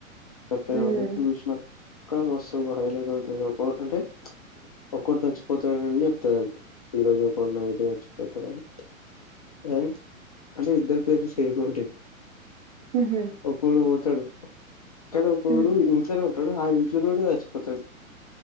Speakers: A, on the left; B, on the right.
A: చేపెయ్యాలి
B: హ్మ్.
A: కానీ మస్తు హైలెట్ ఉంటది అంటే ఒక్కరు చచ్చిపోతాడని అని చెప్తది అది ఈ రోజు ఒక నైట్ చచ్చిపోతాడుని కానీ అంటే ఇద్దరు పేర్లు సేమ్ ఉంటయ్
B: హుహు.
A: ఒకడు తడు <unintelligible> కూడు
B: హ్మ్.
A: ఇంట్ల ఆ ఇంట్లో కూడా చచ్చిపోతది